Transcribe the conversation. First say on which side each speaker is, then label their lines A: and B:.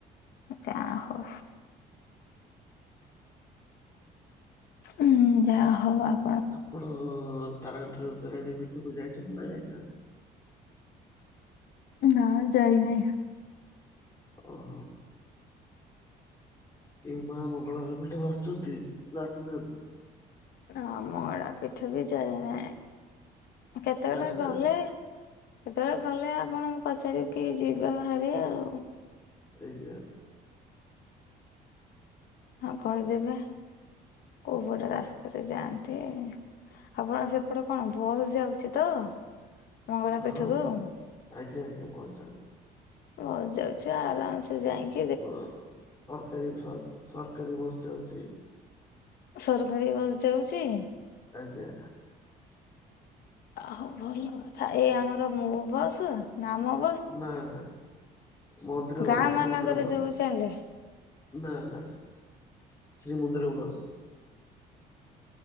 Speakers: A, on the left; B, on the left.
A: ଯାହୋ। ଉଁ ଯାହା ହଉ ଆ
B: ଆପଣ ତାରାଣୀରୁ ତାରିଣୀ ପିଠକୁ ଯାଇଛନ୍ତି ନା ଯାଇନାହାନ୍ତି।
A: ନା ଯାଇନାହିଁ।
B: ଓହୋ। କେବେ ମା ମଙ୍ଗଳା ଘର ପେଠାକୁ ଆସିଛନ୍ତି ନା ଆସିନାହାନ୍ତି।
A: ନା ମଙ୍ଗଳା ପିଠ ବି ଯାଇନାହିଁ କେତେବେଳେ
B: ଆସିନାହାନ୍ତି?
A: ଗଲେ କେତେବେଳେ ଗଲେ ଆପଣଙ୍କୁ ପଚାରି କି ଯିବା ହେରି ଆଉ।
B: ଠିକ୍ ଅଛି।
A: ହଁ କହିଦେବେ କୋଉ ପଟେ ରାସ୍ତାରେ ଯାଆନ୍ତି। ଆପଣ ସେପଟେ କଣ ବସ୍ ଯାଉଛି ତ। ମଙ୍ଗଳା ପୀଠକୁ?
B: ହଁ ମୁଁ ଆଜ୍ଞା ଆଜ୍ଞା ବସ୍ ଯାଉଛି।
A: ବସ ଯାଉଛି ଆରାମସେ ଯାଇଁ କି
B: ତ ସରକାରୀ ସସ୍ ସରକାରୀ ବସ୍ ଚାଲୁଛି।
A: ସରକାରୀ ବସ୍ ଯାଉଛି।
B: ଆଜ୍ଞା
A: ହଉ ଭଲ କଥା ଏଇ ଆମର ମୁଁ ବସ୍ ନାମ
B: ନା ନା ମନ୍ଦିର
A: ଗାଁ
B: ବସ
A: ମାନଙ୍କରେ
B: ଶ୍ରୀମନ୍ଦିର ବସ।
A: ଯୋଉ ଚାଲେ
B: ନା ନା ଶ୍ରୀ ମନ୍ଦିର ବସ୍।